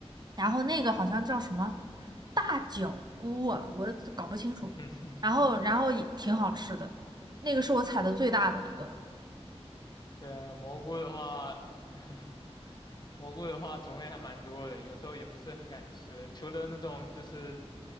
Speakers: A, on the right (about 40°); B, on the left (about 40°).
A: 然后那个好像叫什么大脚菇啊，我搞不清楚，
B: <laughs>
A: 然后然后也挺好吃的，那个是我采的最大的一个了。
B: 对蘑菇的话，<laughs> 蘑菇的话种类还蛮多的，有时候也不是很敢吃，除了那种就是